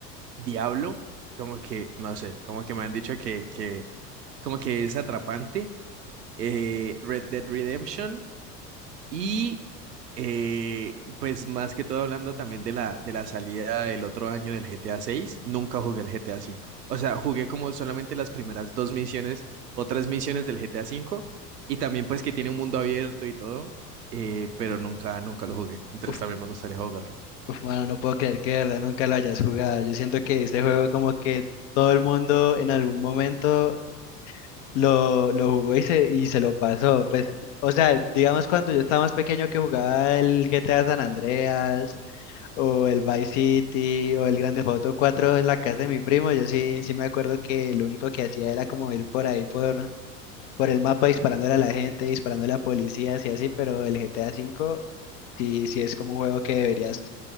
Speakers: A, on the right; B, on the left.
A: Diablo, como que, no sé, como que me han dicho que, que como que es atrapante. Eh, Red Dead Redemption, y eh, pues más que todo hablando también de la, de la salida del otro año del GTA 6, nunca jugué el GTA 5. O sea, jugué como solamente las primeras dos misiones o tres misiones del GTA 5 y también pues que tiene un mundo abierto y todo, eh, pero nunca, nunca lo jugué. Entonces
B: Uf,
A: también me gustaría jugarlo.
B: uf, mano, no puedo creer que de verdad nunca lo hayas jugado. Yo siento que este juego como que todo el mundo en algún momento lo, lo jugó y se, y se lo pasó. Pues, o sea, digamos cuando yo estaba más pequeño que jugaba el GTA San Andreas o el Vice City o el Grand Theft Auto 4 en la casa de mi primo, yo sí, sí me acuerdo que lo único que hacía era como ir por ahí por, por el mapa disparándole a la gente, disparándole a policías y así, pero el GTA 5 sí, sí es como un juego que deberías